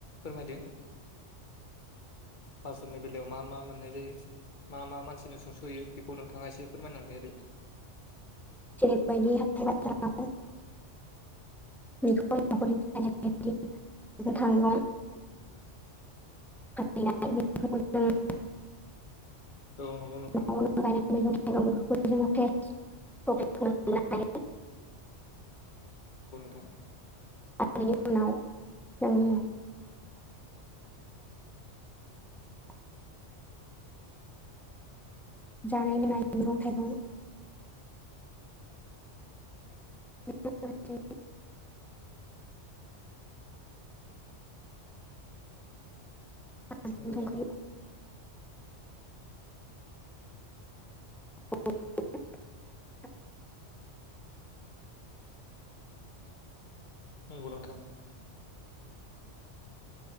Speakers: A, on the left (about 45°); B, in the centre.
A: फोरमायदो। बाजारनि बेलायाव मा मा मोननाय जायो? मा मा मानसिनो सुंस'होयो बेखौ नोंथाङा एसे फोरमायनानै होदो।
B: जेरबायदि हाथाइ बाजाराव <inaudible> मैगं थाइगं फानहैनाय <unintelligible>
A: औ नंगौ नोंथां
B: न'आवनो गायनाय <unintelligible> मैगं थाइगं <unintelligible> जोङो केस्ट प्रफिट खौनो मोननो हायो
A: थां
B: आरो बिनि उनाव जों <unintelligible>
A: <inaudible>
B: जानाय लोंनाय मैगं थाइगं <unintelligible> <unintelligible>
A: नंगौ
B: दंखायो।
A: नोंथां
B: <unintelligible>
A: नंगौ नोंथां।